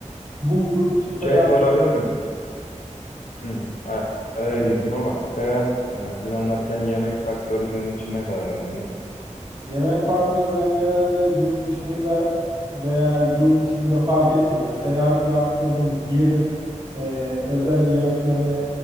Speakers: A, on the right; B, on the left.
A: bu yurt dışı seyahat
B: Şey sorabilir miyim? Hı. a- Araya girdim ama seyahat eee, planlarken yemek faktörü senin için ne kadar önemli?
A: Yemek faktörü ben genelde yurt dışında veya yurt içinde fark etmiyor. Seyahat yaptığım yerin e, özel yemeklerini